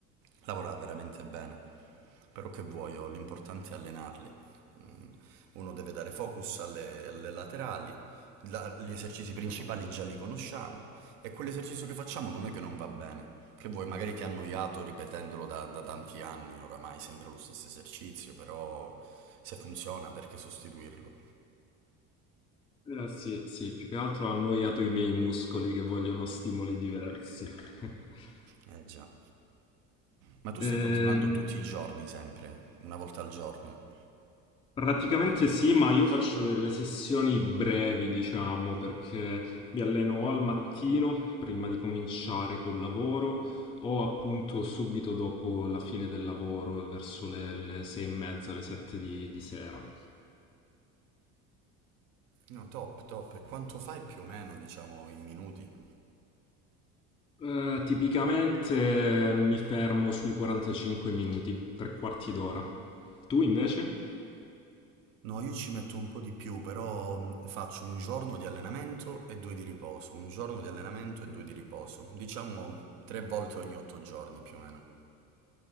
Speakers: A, on the right; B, on the left.
A: lavorava veramente bene, però che vuoi, oh, l'importante è allenarli. Mm, Uno deve dare focus alle, alle laterali, la- gli esercizi principali già li conosciamo e quell'esercizio che facciamo non è che non va bene. Che vuoi, magari ti ha annoiato ripetendolo da, da tanti anni, oramai sempre lo stesso esercizio, però se funziona perché sostituirlo?
B: Eh, sì, sì, più che altro ha annoiato i miei muscoli che vogliono stimoli diversi. <laughs>
A: Eh già. Ma tu
B: Ehm,
A: stai continuando tutti i giorni sempre, una volta al giorno?
B: praticamente sì, ma io faccio delle sessioni brevi, diciamo, perché mi alleno o al mattino, prima di cominciare col lavoro, o appunto subito dopo la fine del lavoro, verso le, le sei e mezza, le sette di, di sera.
A: No, top, top. E quanto fai più o meno, diciamo, in minuti?
B: Eh, tipicamente eh, mi fermo sui 45 minuti, tre quarti d'ora. Tu invece?
A: No, io ci metto un po' di più, però mh, faccio un giorno di allenamento e due di riposo, un giorno di allenamento e due di riposo, diciamo tre volte ogni otto giorni più o meno.